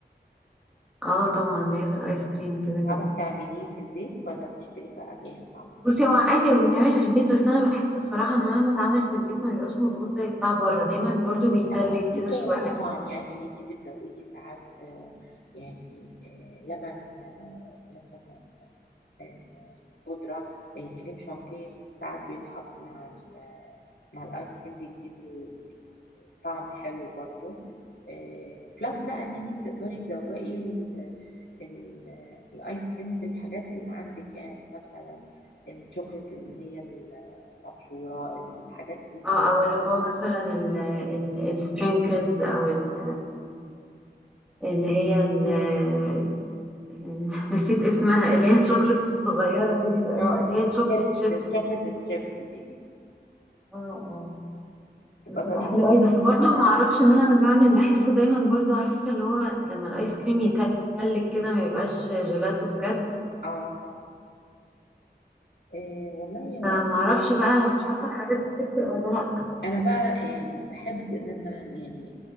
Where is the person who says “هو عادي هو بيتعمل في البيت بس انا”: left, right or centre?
Centre